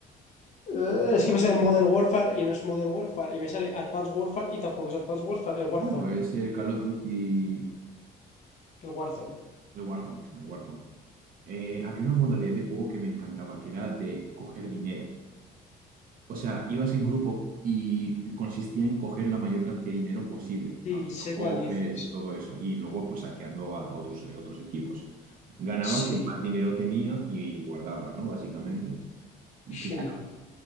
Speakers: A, on the left; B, on the right.
A: Eh, Es que me sale Modern Warfare y no es Modern Warfare, y me sale Advanced Warfare y tampoco es Advanced Warfare, el
B: No,
A: Warzone,
B: es el Call of Duty...
A: el Warzone.
B: De Warzone, de Warzone. Eh, había una modalidad de juego que me encantaba, que era de coger dinero. O sea, ibas en grupo y consistía en coger la mayor cantidad de dinero posible,
A: Sí,
B: abriendo
A: sé
B: cofres
A: cuál dices.
B: y todo eso, y luego pues saqueando a otros, eh, otros equipos. Ganaba
A: Sí,
B: quien más dinero tenía y guardaba, ¿no? Básicamente. Y
A: sí.
B: claro,